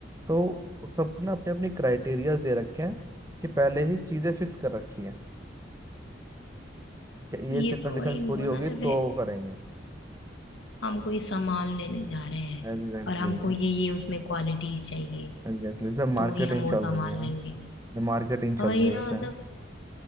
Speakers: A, on the right; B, on the left.
A: तो सबने अपने अपनी क्राइटेरियाज दे रखे हैं कि पहले ही चीज़ें फिक्स कर रखी हैं कि
B: ये
A: ये
B: तो
A: कंडीशंस
B: वही हुआ
A: पूरी होगी
B: ना जैसे
A: तो करेंगे
B: हम कोई सामान लेने जा रहे हैं
A: एग्जैक्टली
B: और हमको ये ये उसमें क्वालिटीज चाहिए
A: एग्जैक्टली सर मार्केटिंग
B: तो ही हम वो
A: चल
B: सामान
A: रही है
B: लेंगे
A: मार्केटिंग चल
B: और वही
A: रही
B: ना
A: है जैसे
B: मतलब